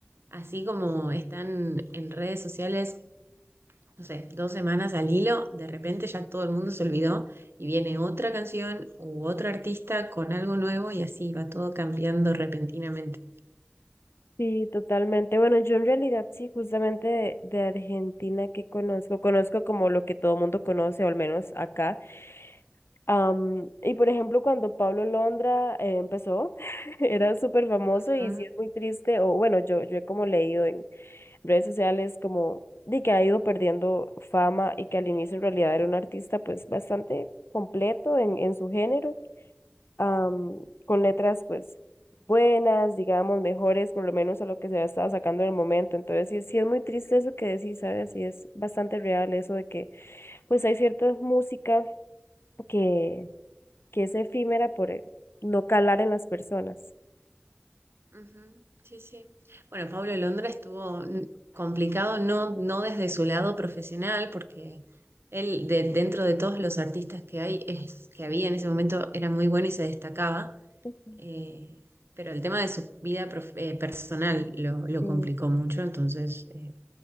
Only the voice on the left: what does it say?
Sí, totalmente. Bueno, yo en realidad sí, justamente de, de Argentina que conozco, conozco como lo que todo mundo conoce, o al menos acá. Am, y por ejemplo, cuando Pablo Londra eh, empezó, <laughs> era súper famoso
y sí es muy triste, o bueno, yo, yo he como leído en redes sociales como de que ha ido perdiendo fama y que al inicio en realidad era un artista pues bastante completo en, en su género, am, con letras pues buenas, digamos, mejores por lo menos a lo que se había estado sacando en el momento. Entonces sí, sí es muy triste eso que decís, ¿sabes? Sí es bastante real eso de que pues hay cierta música que que es efímera por eh, no calar en las personas.
Ujú.
Sí,